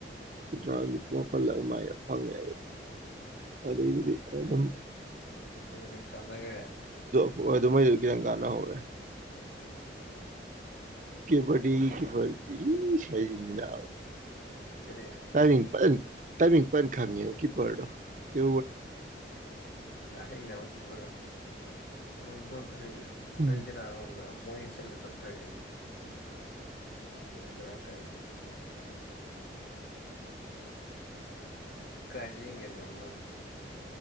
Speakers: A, on the right (about 45°); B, on the left (about 65°).
A: ꯀꯨ꯭ꯔꯥ ꯄꯜꯂ ꯑꯗꯨꯃꯥꯏꯅ ꯐꯪꯉꯦ ꯑꯗꯨ ꯑꯗꯩꯕꯨꯗꯤ ꯑꯗꯨꯝ
B: ꯍ ꯆꯅꯒꯦ
A: ꯍꯣꯏ ꯑꯗꯨꯃꯩꯗꯨꯗꯤ ꯈꯤꯇꯪ ꯀꯥꯟꯅꯍꯧꯔꯦ ꯀ ꯄꯗꯤ ꯀ ꯄꯗꯤ ꯁꯅꯤꯅ
B: ꯀꯔꯤ
A: ꯇꯥꯏ ꯇ ꯈꯥꯡꯉ ꯄꯔ ꯀ
B: ꯀꯥ ꯍꯩ ꯅꯕ ꯀꯄ ꯃꯣꯏ ꯕꯣꯟ ꯐꯖꯩꯗ
A: ꯍꯨꯝ
B: ꯑꯔꯟꯇꯤꯅꯥ ꯃꯣꯏ ꯆꯠꯂꯦ ꯇꯊ꯭ꯔꯦ ꯈꯕꯔ ꯀꯥꯏ ꯀꯗꯌꯦꯒꯦ ꯅꯕꯨꯅ